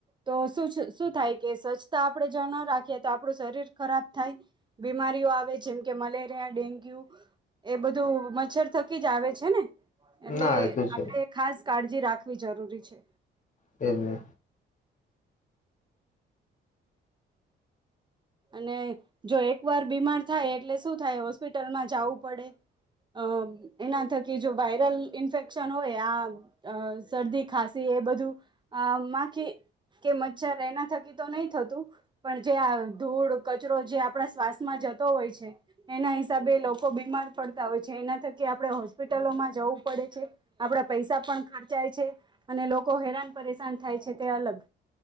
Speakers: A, on the right; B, on the left.
A: તો શ શું થાય કે સ્વચ્છતા આપડે જો ના રાખીએ તો આપડુ શરીર ખરાબ થાય. બીમારીઓ આવે જેમ કે મલેરિયા, ડેન્ગ્યુ એ બધું મચ્છર થકી જ આવે છે ને. એટલે
B: ના એ તો
A: આપડે
B: છે
A: ખાસ કાળજી રાખ. વી જરૂરી છે.
B: તેજ ને
A: અને જો એક વાર બીમાર થાય એટલે શું થાય હોસ્પિટલમાં જાવું પડે. અ એના થકી જો વાયરલ ઇન્ફેક્શન હોય આ શરદી આ અ ખાસી એ બધું આ માખી કે મચ્છર એના થકી તો નહી થતું. પણ જ્યાં ધૂળ, કચરો જે આપણા શ્વાસમાં જતો હોય છે. એના હિસાબે લોકો બીમાર પડતા હોય છે. એના થકી આપડે હોસ્પિટલોમાં જવું પડે છે. આપડા પૈસા પણ ખર્ચાય છે. અને લોકો હેરાન પરેશાન થાય છે તે અલગ.